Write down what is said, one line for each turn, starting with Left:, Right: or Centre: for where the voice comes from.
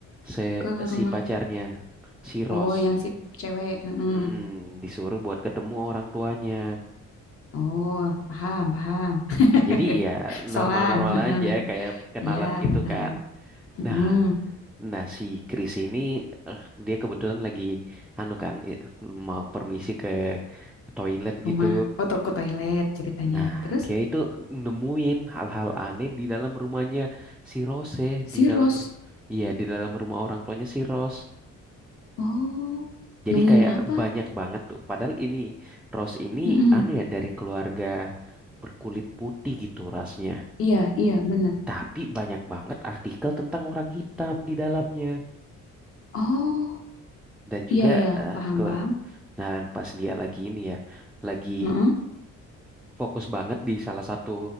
Centre: se
Left: ke rumah.
Centre: si pacarnya si
Left: Oh,
Centre: Ross.
Left: yang si cewek, heeh.
Centre: Mm-mm, disuruh buat ketemu orang tuanya.
Left: Oh, paham, paham.
Centre: Jadi ya
Left: <laughs>
Centre: normal-normal
Left: Soan, heeh.
Centre: aja kayak kenalan
Left: Iya,
Centre: gitu
Left: benar.
Centre: kan.
Left: Mm-mm,
Centre: Nah, nah si Chris ini eh, dia kebetulan lagi anu kan i- mau permisi ke toilet
Left: Rumah,
Centre: gitu.
Left: oh to- ke toilet ceritanya.
Centre: Nah,
Left: Terus
Centre: dia itu nemuin hal-hal aneh di dalam rumahnya si Rose,
Left: si
Centre: di dalam
Left: Rose,
Centre: ru- iya di dalam rumah orang tuanya si Rose.
Left: oh
Centre: Jadi
Left: nemuin
Centre: kayak
Left: apa?
Centre: banyak banget tuh. Padahal ini Rose ini
Left: Mm-mm.
Centre: anu ya dari keluarga berkulit putih gitu rasnya.
Left: Iya, iya benar.
Centre: Tapi banyak banget artikel tentang orang hitam di dalamnya.
Left: Oh,
Centre: Dan juga
Left: iya iya, iya.
Centre: eh,
Left: paham
Centre: ke
Left: paham.
Centre: dan pas dia lagi ini ya, lagi
Left: Mm-mm,
Centre: fokus banget di salah satu